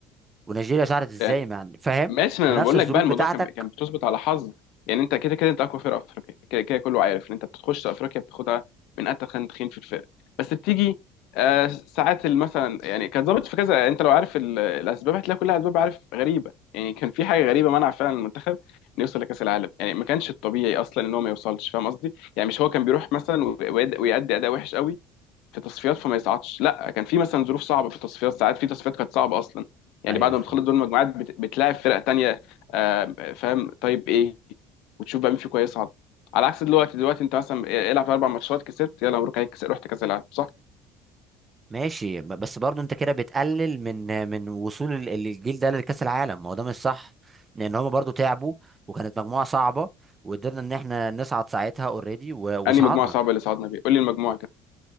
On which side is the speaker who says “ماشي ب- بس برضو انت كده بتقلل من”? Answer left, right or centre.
Right